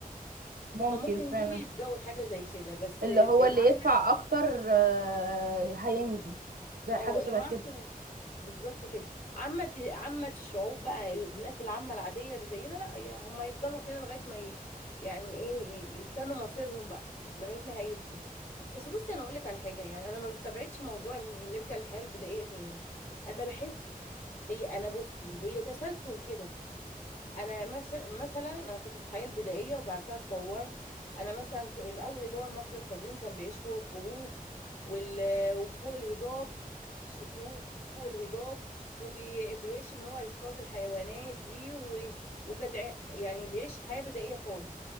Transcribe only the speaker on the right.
ممكن
فعلا
اللي
هو اللي يدفع اكتر آه، هينجو زي
حاجه شبه
كده